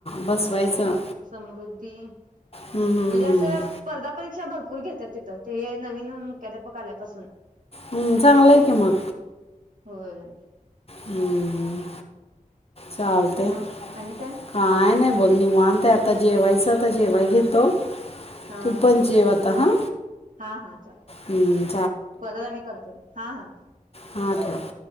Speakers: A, on the left; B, on the right.
A: बसवायचं
B: समृद्धी म्हणजे
A: हं, हं, हं.
B: असंस स्पर्धा परीक्षा भरपूर घेतात तिथं, ते नवीन मुख्याध्यापक आल्यापासून
A: हं, चांगलंय की मग
B: होय
A: हं चालतंय.
B: मग आणि
A: काय नाही बघ, निवांत. आता जेवायचं, आता जेवायला घेतो.
B: हा
A: तू
B: हा
A: पण जेव आता, हां.
B: हा हा, चालतंय,
A: हं,
B: परत बोलू आणि करतो, हा हा.
A: हा ठिक